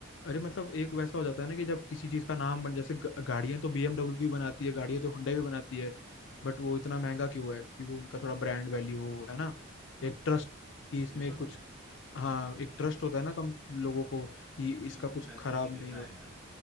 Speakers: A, on the left; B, in the centre.
A: अरे मतलब एक वैसा हो जाता है ना कि जब किसी चीज का नाम बन जैसे ग- गाड़ियां तो बीएमडब्ल्यू भी बनाती है गाड़ियां तो Hyundai भी बनाती है बट वो इतना महंगा क्यों है कि वो उनका थोड़ा ब्रांड वैल्यू हो है ना एक ट्रस्ट
B: कौन
A: कि
B: सा
A: इसमें
B: बीएमडब्ल्यू
A: कुछ हाँ एक ट्रस्ट होता है ना कम लोगों को कि
B: भाई
A: इसका
B: वो
A: कुछ
B: फैसिलिटी
A: खराब नहीं
B: देता
A: हो
B: है यार